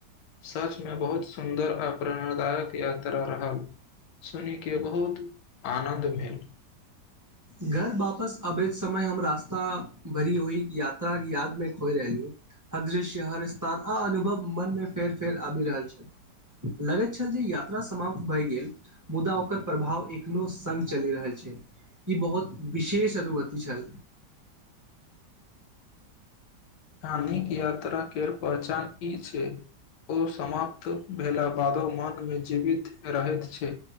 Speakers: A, on the left; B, on the right.
A: सचमे बहुत सुन्दर आ प्रेरणदायक यात्रा रहल सुन के बहुत आनन्द भेल
B: घर वापस अबैत समय हमरा रास्ता भरि ओहि यात्राक यादमे खोइ रहलियौ हर दृश्य हर स्थान आ अनुभव मनमे फेर फेर आबि रहल छल लगैत छल जे यात्रा समाप्त भए गेल मुदा ओकर प्रभाव एखनो सङ्ग चलि रहल छै ई बहुत विशेष अनुवति छल
A: हानिक यात्रा केर पहचान ई छै ओ समाप्त भेला बादो मन मे जीवित रहैत छै